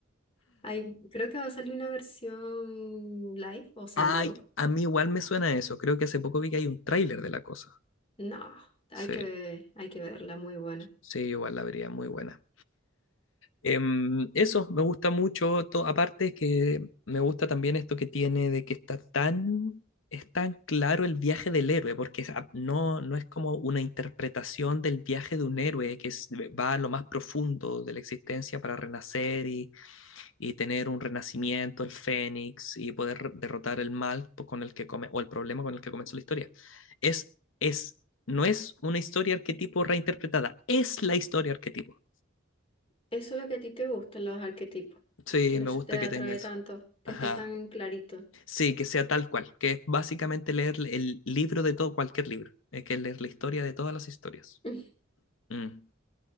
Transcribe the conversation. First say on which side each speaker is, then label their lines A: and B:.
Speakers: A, on the left; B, on the left.
A: Hay, creo que va a salir una versión live o salió.
B: Ay, a mí igual me suena eso. Creo que hace poco vi que hay un tráiler de la cosa.
A: No, hay
B: Sí.
A: que, hay que verla, muy buena.
B: Sí, igual la vería muy buena. Em, eso, me gusta mucho. to- aparte que me gusta también esto que tiene de que está tan, es tan claro el viaje del héroe, porque es a- no, no es como una interpretación del viaje de un héroe que es- va a lo más profundo de la existencia para renacer y, y tener un renacimiento, el fénix, y poder re- derrotar el mal po- con el que come, o el problema con el que comenzó la historia. Es, es, no es una historia arquetipo reinterpretada, es la historia arquetipo.
A: Eso es lo que a ti te gusta, los arquetipos.
B: Sí,
A: Por
B: me
A: eso
B: gusta
A: te atrae
B: que tenga eso.
A: tanto, que
B: Ajá.
A: esté tan clarito.
B: Sí, que sea tal cual, que es básicamente leer el libro de todo, cualquier libro. Es que leer la historia de todas las historias.
A: <laughs>
B: Mm.